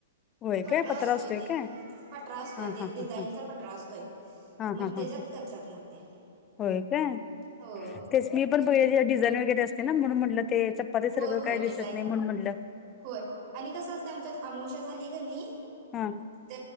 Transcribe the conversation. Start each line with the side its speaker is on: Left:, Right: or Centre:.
Left: होय
Right: पटरा
Left: काय पत्रा
Right: असतोय ते...
Left: काय
Right: पटरा असतोय
Left: हा
Right: ते...
Left: हा
Right: डिझाईनचा
Left: हा हा
Right: पटरा असतोय
Left: हा
Right: मग,
Left: हा
Right: त्याच्यात
Left: हा हा
Right: करतात मग ते
Left: होय काय?
Right: होय
Left: तेच... मी पण <unintelligible> डिझाईन वगैरे असते ना... म्हणून म्हटलं ते चपात्या सारखं
Right: होय होय
Left: काय दिसत
Right: डिझाईन
Left: नाई म्हणून म्हटलं
Right: होय... आणि कसं असतं... आमच्यात आमाोशा झाली का नई
Left: हा.
Right: त...